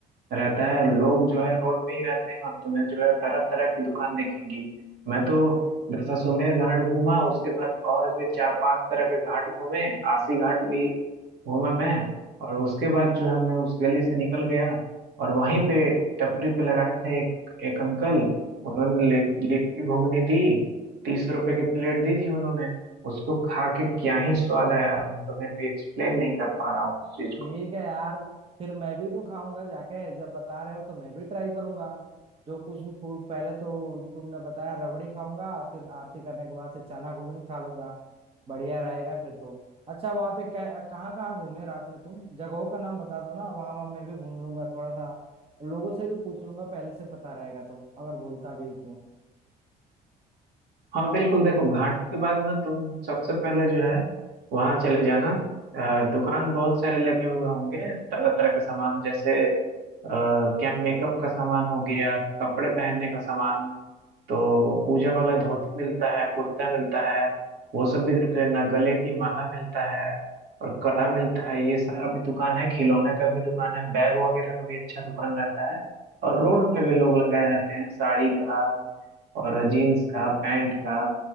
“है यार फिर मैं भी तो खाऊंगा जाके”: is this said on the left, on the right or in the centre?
Right